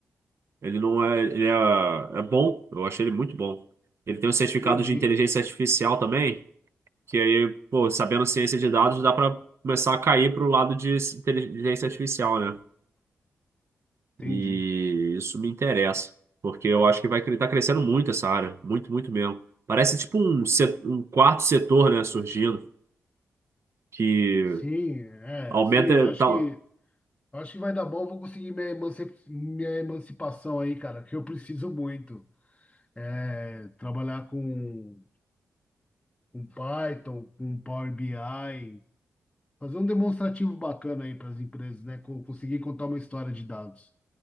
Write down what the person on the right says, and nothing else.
ele não é, ele é, é bom, eu achei ele muito bom. Ele tem um certificado
de inteligência artificial também, que aí, pô, sabendo ciência de dados, dá pra começar a cair pro lado de inteligência artificial, né?
E isso me interessa, porque eu acho que vai estar crescendo muito essa área, muito, muito mesmo. Parece tipo um, se- um quarto setor, né, surgindo, que
aumenta
tal.